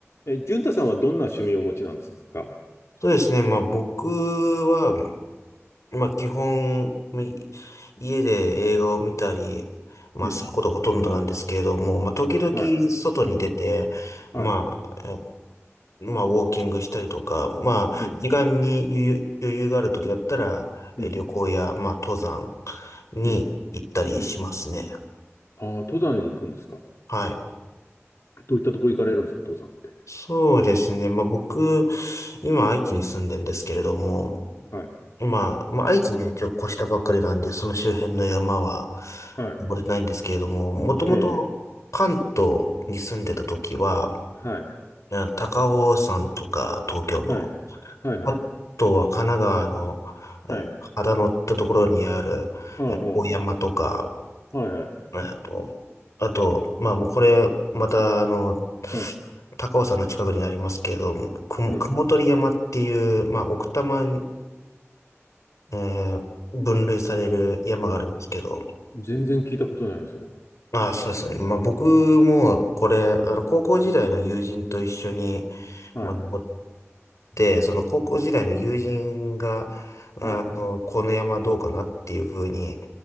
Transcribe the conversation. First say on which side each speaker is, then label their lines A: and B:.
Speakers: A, on the left; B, on the left.
A: え、淳太さんはどんな趣味をお持ちなんですか
B: そうですね。まあ僕は、まあ基本、い家で映画を見たり、まあすることがほとんどなんですけれども、
A: うん。
B: まあ時々外に出て、
A: はい。うん。はい。
B: まあ、まあウォーキングしたりとか、まあ時間に余裕余裕がある時だったら、
A: うん。
B: え旅行や、
A: うん。
B: まあ登山に行ったりしますね。
A: うん。うん。ああ、登山に行くんですか
B: はい。
A: どういったとこ行かれるんですか登山って。
B: そうですね。まあ僕、今愛知に住んでるんですけれども、
A: はい。
B: まあ、まあ、愛知ね、一応越したばっかりなんで、その周辺の山は
A: はい。
B: 登れないんですけれども、もともと関東に住んでた時は、
A: ええ。はい。
B: えー高尾山とか東京の、
A: はい。はい。はい。
B: あとは神奈川の、
A: はい。
B: えー秦野ってところにある、
A: うんうん。
B: えー大山とか、
A: はいはい。
B: えーと、あと、まあもうこれ、またあの、
A: うん。
B: 高尾山の近くになりますけれども、くも、
A: うん。
B: 雲取山っていう、まあ奥多摩に、えー分類される山があるんですけど、
A: 全然聞いたことないよ、それは。
B: ああ、そうですね。まあ僕もこれ、あの、高校時代の友人と一緒に、
A: はい。
B: まあ、登って、その高校時代の友人が、あの、
A: はい。
B: この山どうかなっていうふうに